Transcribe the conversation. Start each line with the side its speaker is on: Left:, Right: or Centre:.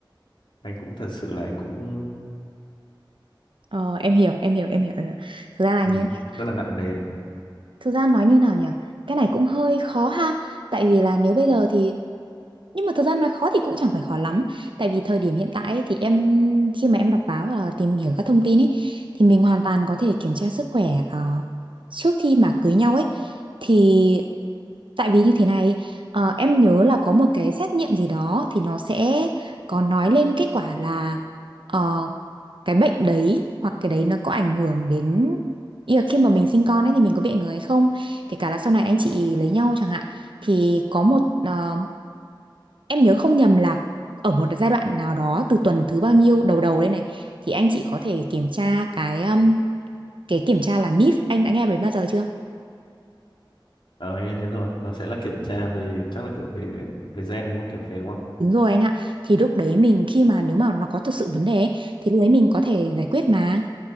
Left: anh cũng thật sự là anh cũng
Right: Ờ, em hiểu, em hiểu, em hiểu. em hiểu. Thực ra là
Left: ừ,
Right: như thế này.
Left: rất là nặng nề
Right: Thực ra nói như nào nhỉ? Cái này cũng hơi khó ha. Tại vì là nếu bây giờ thì nhưng mà thực ra nói khó thì cũng chẳng phải khó lắm. Tại vì thời điểm hiện tại ấy, thì em khi mà em đọc báo và tìm hiểu các thông tin ấy thì mình hoàn toàn có thể kiểm tra sức khỏe ờ, trước khi mà cưới nhau ấy. Thì tại vì như thế này, ờ, em nhớ là có một cái xét nghiệm gì đó thì nó sẽ có nói lên kết quả là ờ, cái bệnh đấy hoặc cái đấy nó có ảnh hưởng đến ý là khi mà mình sinh con ấy thì mình có bị ảnh hưởng hay không kể cả là sau này anh chị lấy nhau chẳng hạn thì có một ờ, em nhớ không nhầm là ở một giai đoạn nào đó từ tuần thứ bao nhiêu đầu đầu đây này thì anh chị có thể kiểm tra cái um, cái kiểm tra là NIF anh đã nghe đến bao giờ chưa
Left: Ờ nghe thế rồi, nó sẽ là kiểm tra về chắc là kiểu về về gen đúng không? Kiểu thế đúng không?
Right: Đúng rồi anh ạ. Thì lúc đấy mình khi mà nếu mà nó có thực sự vấn đề ấy, thì lúc đấy mình có thể giải quyết mà.